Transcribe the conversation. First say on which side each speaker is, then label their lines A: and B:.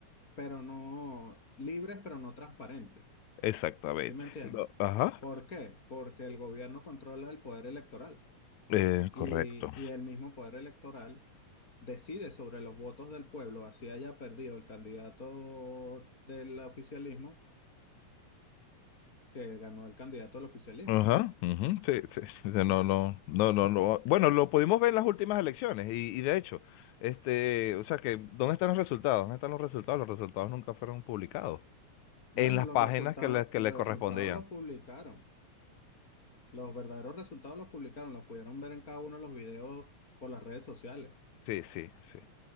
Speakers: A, on the left; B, on the left.
A: pero no libres, pero no transparentes.
B: Exactamente.
A: ¿Sí me entiendes?
B: No, ajá.
A: ¿Por qué? Porque el gobierno controla el poder electoral
B: Eh,
A: y,
B: correcto.
A: y el mismo poder electoral decide sobre los votos del pueblo, así haya perdido el candidato del oficialismo que ganó el candidato al oficialismo,
B: Ajá.
A: pues.
B: ujú, Sí, sí. O sea, No, no, no, no, no. Bueno, lo pudimos ver en las últimas elecciones y, y de hecho, este, o sea que, ¿dónde están los resultados? ¿Dónde están los resultados? Los resultados nunca fueron publicados.
A: Bueno,
B: En las
A: los
B: páginas
A: resultados,
B: que le, que
A: el
B: le
A: resultado
B: correspondían.
A: lo publicaron. Los verdaderos resultados los publicaron, los pudieron ver en cada uno de los videos por las redes sociales.
B: Sí, sí, sí.